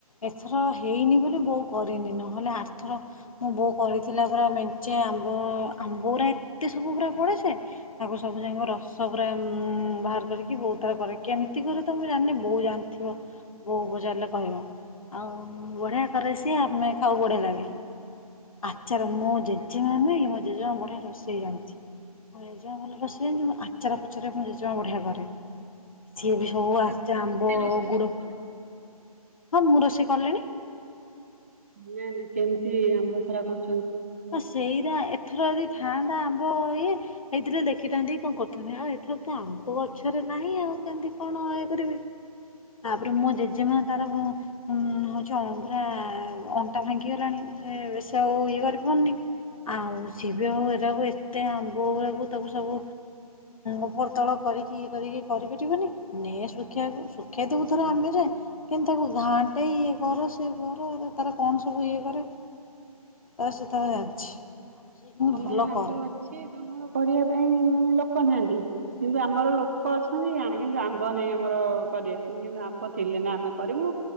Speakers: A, on the left (about 60°); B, on the right (about 25°).
A: ଏଥର ହେଇନି ବୋଲି ବୋଉ କରିନି ନହେଲେ ଆରଥର ମୁଁ ବୋଉ କରିଥିଲା ପୁରା ମେଞ୍ଚେ ଆମ୍ବ ଆମ୍ବ ପୁରା ଏତେ ସବୁ ପୁରା ପଡେସେ ତାକୁ ସବୁ ଯାକ ରସ ପୁରା ବାହାର କରିକି ବୋଉ ଥର କରେ କେମିତି କରେ ତମ ଜାଣିନି ବୋଉ ଜାଣିଥିବ ବୋଉ ପଚାରିଲେ କହିବ ଆଉ ବଢିଆ କରେ ସିଏ ଆମେ ଖାଉ ବଢିଆ ଲାଗେ ଆଚାର ମୁଁ ଜେଜେମା ମୋ ଜେଜେମା ବଢିଆ ରୋଷେଇ ଜାଣିଛି। ମୋ ଜେଜେ ମା ଭଲ ରୋଷେଇ ଜାଣିଛି। ପଚରା ପଚରେ ମୁଁ ଜେଜେମା ବଢ଼ିଆ କରେ ସିଏ ବି ସବୁ
B: ତାକୁ
A: ଆମ୍ବ
B: ଟିକେ ରୋଷେଇ
A: ଗୁଡ଼
B: ଶିଖଉନ।
A: ହଁ ମୁଁ ରୋଷେଇ କଲିଣି।
B: ନା ନା କେମିତି ଆମ୍ବସରା କରୁଛ
A: ହଁ ସେଇଟା ଏଥର ଯଦି ଥାଆନ୍ତା ଆମ୍ବ ଇଏ ହେଇଥିଲେ ଦେଖ ଶଖିଥାନ୍ତି କଣ କରିଥାନ୍ତି ଆଉ ଏଥର ତ ଆମ୍ବ ଗଛରେ ନାହିଁ ଆଉ କେମତି କଣ ଇଏ କରିବି ତାପରେ ମୋ ଜେଜେମା ତାର ମ ମ ହଉଛି ପୁରା ଅଣ୍ଟା ଭାଙ୍ଗିଗଲାଣି ସେ ବେଶି ଆଉ ଇଏ କରିବି। ନି ଆଉ ସେ ବି ଆଉ ଏରାକୁ ଏତେ ଆମ୍ବ ଗୁରାକୁ ତାକୁ ସବୁ ଉପର ତଳ କରିକି ଇଏ କରିକି କରିପାରିବନି ନ ଶୁଖେଇକୁ ଶୁଖେଇ ଦବୁ ଧର ଆମେ ଯେ କିନ୍ତୁ ତାକୁ ଘାଣ୍ଟେ ଇଏ କର ସେ କର ତାର କଣ ସବୁ ଇଏ କରେ। ତ ସେ ତାର ଜାଣିଛି। ଆଉ ସେ କିନ୍ତୁ
B: ତମର
A: ଭଲ
B: ଆମ୍ବ
A: କରେ
B: ଅଛି ତମ କରିବା ପାଇଁ ମାନେ ଲୋକ ନାହାନ୍ତି କିନ୍ତୁ ଆମର ଲୋକ ଅଛନ୍ତି ଆ କିନ୍ତୁ ଆମ୍ବ ନାହିଁ ଆମର କରିବା ପାଇଁ କିନ୍ତୁ ଆମ୍ବ ଥିଲେ ନା ଆମେ କରିବୁ